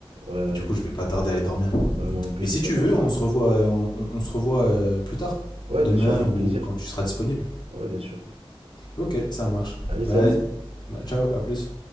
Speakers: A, on the right; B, on the left.
A: Ouais, ouais.
B: Du coup, je vais pas tarder à aller dormir.
A: Ouais, moi en plus,
B: Mais si
A: je vais pas
B: tu
A: tarder.
B: veux, on se revoit, euh, on, on- on se revoit euh, plus tard,
A: Ouais,
B: demain
A: bien sûr, avec
B: ou
A: plaisir.
B: quand tu seras disponible.
A: Ouais, bien sûr.
B: Ok, ça marche.
A: Allez,
B: Bah,
A: salut.
B: vas-y. Bah, ciao, à plus.